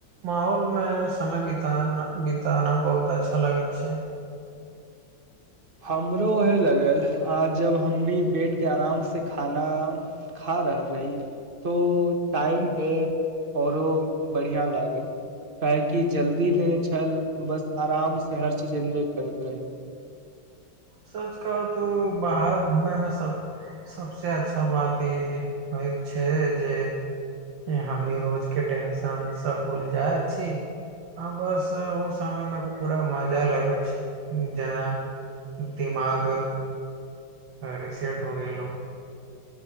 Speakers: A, on the right; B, on the right.
A: माहौलमे समय बीताना बीताना बहुत अच्छा लागत छै
B: हमरो उएहे लगल आ जब हमनी बैठके आरामसँ खाना खा रहल रही तो टाइम ए औरो बढ़िया लागल काहेकि जल्दी नहि छल बस आराम से हर चीज एन्जॉय करैत रही
A: सच कहु त बाहर घूमै मे सब सभसँ अच्छा बात ई होइत छै जे हमनी रोज के टेंशन सब भूल जाइ छी आ बस ओ समय मे पूरा मजा लेबे छी जेना दिमाग रिसेट हो गेलो